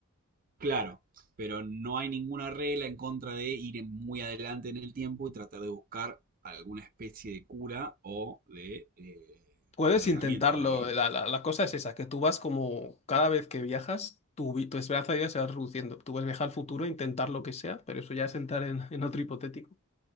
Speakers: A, on the right; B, on the left.
A: Claro, pero no hay ninguna regla en contra de ir en- muy adelante en el tiempo y tratar de buscar alguna especie de cura o de eh,
B: Puedes
A: alargamiento
B: intentarlo,
A: de la vida.
B: la, la- la cosa es esa, que tú vas como cada vez que viajas, tu, vi- tu esperanza de vida se va reduciendo. Tú puedes viajar al futuro, intentar lo que sea, pero eso ya es entrar en, en otro hipotético.